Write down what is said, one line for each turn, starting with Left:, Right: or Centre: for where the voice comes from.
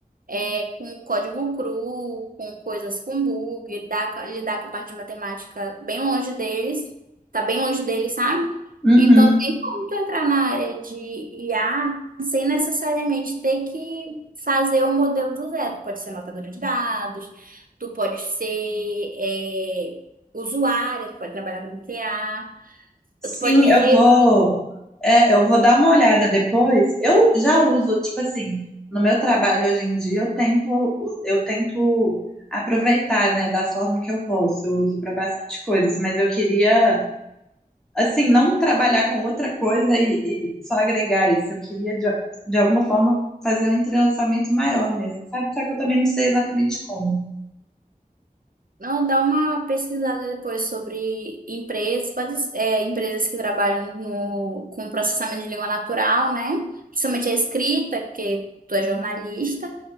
Right: é, com código cru, com coisas com bug, dá, lidar com a parte de matemática bem longe deles, tá bem longe deles, sabe?
Centre: Uhum.
Right: Então, tem como tu entrar na área de IA sem necessariamente ter que fazer o modelo do zero. Tu pode ser anotadora de dados, tu pode ser é, usuária, tu pode trabalhar como TA,
Centre: Sim,
Right: tu pode revisar
Centre: eu vou, é, eu vou dar uma olhada depois. Eu já uso, tipo assim, no meu trabalho hoje em dia, eu tento, u- eu tento aproveitar, né, da forma que eu posso. Eu uso para bastante coisas, mas eu queria, assim, não trabalhar com outra coisa e, e só agregar isso. Eu queria, de, de alguma forma, fazer um entrelaçamento maior mesmo, sabe? Só que eu também não sei exatamente como.
Right: Não, dá uma pesquisada depois sobre empresas, pode, é, empresas que trabalham no- com processamento de língua natural, né? Principalmente a escrita, porque tu é jornalista.